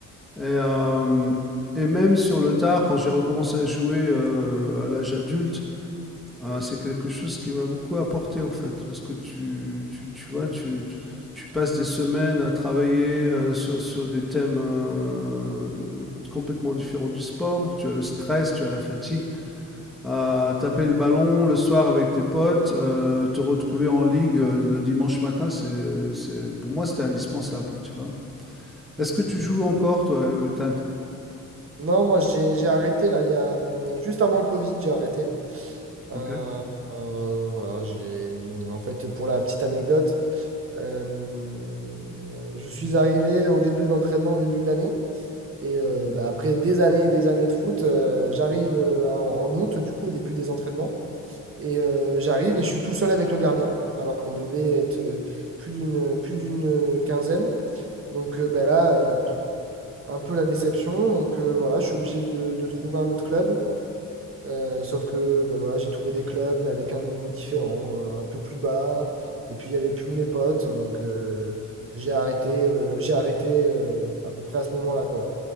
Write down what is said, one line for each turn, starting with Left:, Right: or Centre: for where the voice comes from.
Centre: Et, euh, et même sur le tard, quand j'ai recommencé à jouer euh, à l'âge adulte, Ah, c'est quelque chose qui m'a beaucoup apporté en fait, parce que tu, tu, tu vois, tu, tu, tu passes des semaines à travailler euh, sur, sur des thèmes euh, complètement différents du sport, tu as le stress, tu as la fatigue, à taper le ballon le soir avec tes potes, euh, te retrouver en ligue euh, le dimanche matin, c'est, c'est, pour moi c'était indispensable, tu vois. Est-ce
Right: Ok.
Centre: que tu joues encore toi, Ethan?
Right: Non, moi j'ai j'ai arrêté là, il y a, hum, juste avant le Covid, j'ai arrêté. Euh,
Centre: Ok.
Right: euh, voilà, j'ai, hum, en fait, pour la petite anecdote, euh, hum, je suis arrivé au début de l'entraînement, au début de l'année, et euh, bah, après des années et des années de foot, euh, j'arrive euh, en en août, du coup, au début des entraînements, et euh, j'arrive et je suis tout seul avec le gardien, alors qu'on devait être euh, plus d'une plus d'une quinzaine. Donc euh, bah, là, euh, un peu la déception. Donc euh, voilà, je suis obligé de, de trouver un autre club. Euh, sauf que bah voilà, j'ai trouvé des clubs mais avec un niveau différent, euh, un peu plus bas. Et puis il n'y avait plus mes potes. Donc euh, j'ai arrêté, euh, j'ai arrêté euh, à peu près à ce moment-là, quoi.